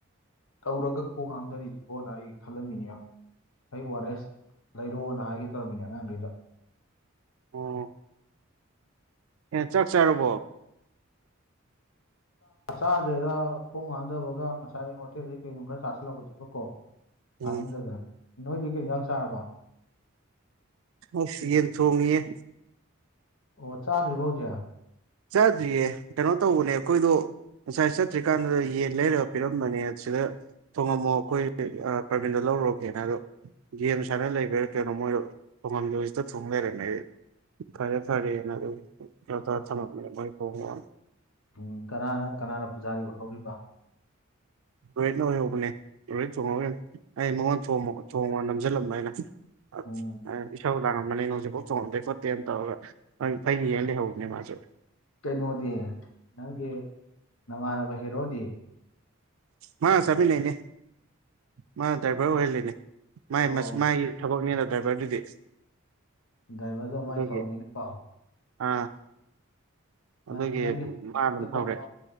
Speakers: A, on the left; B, on the right.
A: ꯇꯧꯔꯒ ꯀꯣꯛ ꯉꯥꯡꯗꯔꯤꯁꯤꯕꯣꯅ ꯑꯩꯒꯤ ꯈꯜꯂꯝꯃꯤꯅꯦ ꯑꯩ ꯑꯣ ꯑꯔ ꯑꯦꯁ ꯂꯩꯔꯣꯅ ꯍꯥꯏꯒꯦ ꯇꯧꯕꯃꯤꯅꯦ ꯑꯉꯥꯡꯈꯩꯗ
B: ꯑꯣ ꯑꯦꯦ ꯆꯥꯛ ꯆꯥꯔꯕꯣ
A: ꯆꯥꯗ꯭ꯔꯗ ꯈꯣꯡ ꯍꯥꯥꯊꯕꯒ ꯉꯁꯥꯏ ꯍꯣꯇꯦꯜꯗꯒꯤꯩ ꯀꯩꯅꯣꯝ ꯈꯔ ꯆꯥꯁꯤꯜꯂꯛꯄꯗꯣ ꯑꯗꯨꯒ ꯀꯣ
B: ꯎꯝ
A: ꯇꯥꯅꯤꯡꯗꯗꯅ ꯅꯣꯏꯗꯤ ꯀꯩꯒ ꯆꯥꯔꯕ
B: ꯍ ꯌꯦꯟ ꯊꯣꯡꯉꯌꯦꯦ
A: ꯑꯣ ꯆꯥꯗ꯭ꯔꯤ ꯐꯥꯎꯖꯌꯥ
B: ꯆꯥꯗ꯭ꯔꯤꯌꯦ ꯀꯩꯅꯣ ꯇꯧꯕꯅꯦ ꯑꯩꯈꯣꯏꯗꯣ ꯉꯁꯥꯏ ꯆꯠꯇ꯭ꯔꯤꯀꯥꯟꯗꯨꯗ ꯌꯦꯟ ꯂꯩꯔꯒ ꯄꯤꯔꯝꯕꯅꯦ ꯁꯤꯗ ꯊꯣꯡꯉꯝꯃꯣ ꯑꯩꯈꯣꯏ ꯄ꯭ꯔꯕꯤꯟꯗꯣ ꯂꯧꯔꯨꯔꯒꯦꯅ ꯑꯗꯣ ꯒꯦꯝ ꯁꯨꯥꯏꯅ ꯂꯩꯕꯥ ꯀꯩꯅꯣ ꯃꯣꯏꯗ ꯈꯨꯡꯒꯪꯗꯖꯤꯗ ꯊꯣꯡ ꯂꯩꯔꯝꯃꯦ ꯑꯩ ꯐꯔꯦ ꯐꯔꯦꯅ ꯑꯗꯨ ꯊꯝꯃꯤ ꯃꯣꯏ ꯐꯣꯡꯉ
A: ꯎꯝ ꯀꯅꯥꯅ ꯀꯅꯥꯅ ꯄꯨꯖꯥꯔꯤ ꯑꯣꯏꯠꯍꯧꯔꯤꯕ
B: ꯔꯣꯍꯤꯠꯅ ꯑꯣꯏꯍꯧꯕꯅꯦ ꯔꯣꯍꯤꯠ ꯊꯣꯡꯉ ꯑꯩ ꯃꯉꯣꯟꯗ ꯊꯣꯡꯉ ꯅꯝꯁꯤꯜꯂꯝꯕ ꯑꯩꯅ ꯑ
A: ꯎꯝ
B: ꯊꯧꯧ ꯂꯥꯡꯉꯝꯕꯅꯦ ꯅꯣꯡꯁꯦꯐꯥꯎ ꯆꯣꯡꯍꯟꯗꯦ ꯈꯣꯠꯇꯦꯅ ꯇꯧꯔꯒ ꯑꯩꯅ ꯌꯦꯡ ꯂꯩꯍꯧꯕꯅꯦ ꯃꯥꯁꯨ
A: ꯀꯩꯅꯣꯗꯤ ꯅꯪꯒꯤ ꯅꯃꯥꯟꯅꯕ ꯍꯦꯔꯣꯗꯤ꯫
B: ꯃꯥꯒ ꯆꯥꯃꯤꯟ ꯅꯩꯅꯦ ꯃꯥ ꯗ꯭ꯔꯥꯏꯚꯔ ꯑꯣꯏꯍꯜꯂꯤꯅꯦ꯫ ꯃꯥꯏ
A: ꯑꯣ
B: ꯃꯥꯏꯒꯤ ꯊꯕꯛꯅꯤꯅ ꯗ꯭ꯔꯥꯏꯚꯔꯗꯨꯗꯤ꯫
A: ꯗ꯭ꯔꯥꯏꯚꯔꯗꯣ ꯃꯥꯏ
B: ꯑꯗꯨꯒꯤ
A: ꯊꯕꯛꯅꯤꯅꯀꯣ꯫
B: ꯑꯥ
A: ꯃꯥꯏ
B: ꯑꯗꯨꯒꯤ
A: ꯅꯪꯒꯤ
B: ꯃꯥ
A: ꯍꯦꯔꯣꯗ
B: ꯑꯗꯨꯝ ꯊꯧꯔꯦ꯫
A: ꯇꯧ ꯂꯥꯎ